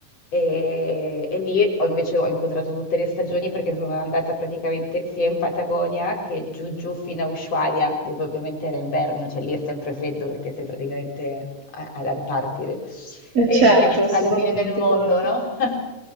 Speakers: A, on the left; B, on the right.
A: E, e lì ho invece ho incontrato tutte le stagioni perché sono andata praticamente sia in Patagonia che giù giù fino a Ushuaia, dove ovviamente era inverno, cioè lì è sempre freddo perché sei praticamente a- all'Antartide
B: Eh
A: e
B: certo,
A: <laughs>
B: assolutamente,
A: alla fine del mondo,
B: immagino.
A: no? <laughs>